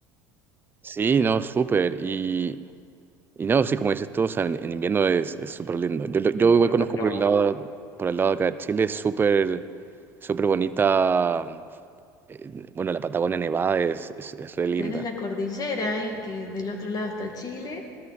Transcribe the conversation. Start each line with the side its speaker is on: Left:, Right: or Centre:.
Right: Sí, no, súper. Y, y no, sí, como dices tú, o sea, en, en invierno es, es súper lindo. Yo, lo- yo
Left: No,
Right: igual
Left: Yo,
Right: conozco
Left: yo
Right: por
Left: igual
Right: el lado,
Left: conozco.
Right: por el lado de acá de Chile, es súper, súper bonita. eh, Bueno, la Patagonia Nevada es, es, es re linda.
Left: Tenés la cordillera ahí, que del otro lado está Chile.